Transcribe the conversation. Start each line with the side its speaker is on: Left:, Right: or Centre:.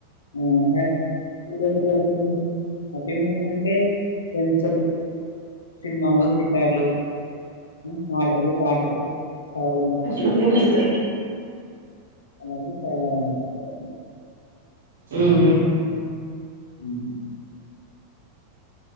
Left: ఉ హ్యాప్ ట్రీట్ అంటే ఏంటి హ్యాపీగా ఉండడం అంటే జైన్ చ సినిమాలో ఫికార్లు ఉ ఆటలు, పాటలు సాగడం
Right: నాకు కూడా సిద్ద
Left: అలాంటి చాలాకుంటారు అండి
Right: ఉ ఉ
Left: ఉ